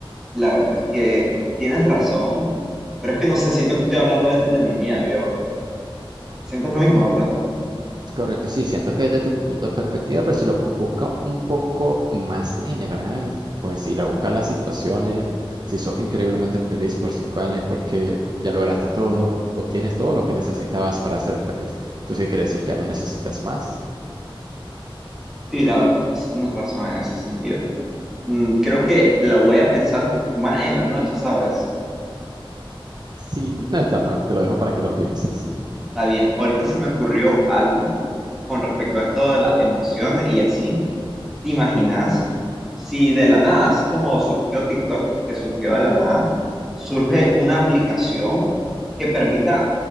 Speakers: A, in the centre; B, on the right (about 50°).
A: La verdad es que tienes razón, pero es que no sé, siento que estoy hablando desde, desde mi miedo, yo, ¿verdad? Sientes lo mismo, ¿verdad?
B: Correcto, sí, siento que desde tu punto de perspectiva, pero si lo bu- busca un poco más general, pues si la buscas las situaciones, si sos increíblemente feliz por cinco años porque ya lograste todo o tienes todo lo que necesitabas para ser feliz. Entonces quiere decir que ya no necesitas más.
A: Sí, la verdad es que sí tienes razón en ese sentido. Mm, creo que lo voy a pensar más en la noche, ¿sabes?
B: Sí, no está mal, te lo dejo para que lo pienses.
A: Está bien. Ahorita se me ocurrió algo con respecto a esto de las emociones y así. ¿Te imaginas si de la nada, así como surgió TikTok, que surgió de la nada, surge una aplicación que permita